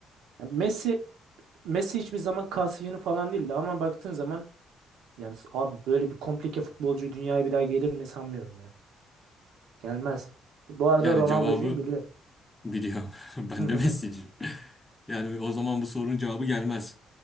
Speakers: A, on the right; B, on the left.
A: Ya Messi Messi hiçbir zaman kasiyonu falan değildi ama baktığın zaman yani s- abi böyle bir komplike futbolcu dünyaya bir daha gelir mi sanmıyorum ya. Gelmez. Bu arada
B: yani
A: Ronaldo'cuyum
B: cevabı
A: biliyor.
B: biliyorum. <laughs> Ben
A: <laughs>
B: de Messi'ciyim. Yani o zaman bu sorunun cevabı gelmez.